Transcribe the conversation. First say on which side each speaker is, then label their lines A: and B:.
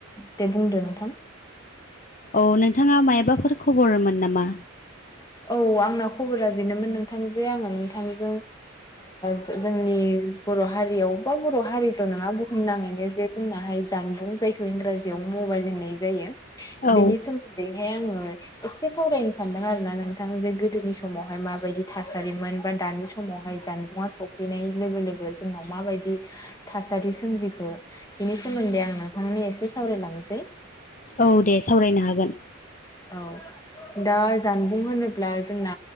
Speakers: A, on the left (about 20°); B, on the left (about 40°).
A: दे बुंदो नोंथां।
B: औ नोंथाङा मायबाफोर खबरमोन नामा?
A: औ आंना खबरा बेनोमोन नोंथां जे आङो नोंथांजों जो- जोंनि बर' हारियाव बा बर' हारिल' नङा बुहुमनाङैनो जे जोंनाहाय जानबुं जायखौ इंराजियाव मबाइल होननाय जायो
B: औ
A: बेनि सोमोन्दै यै आङो एसे सावरायनो सानदों आरोना नों थां जे गोदोनि समावहाय माबायदि थासारिमोन बा दानि समावहाय जानबुङा सफैनाय लोगो गोदो जोंनाव माबायदि थासारि सोमजिखो बिनि सोमोन्दै आं नोंथां एसे सावराय लांनोसै
B: औ दे सावरायनो हागोन।
A: औ दा जानबुं होनोब्ला जोंना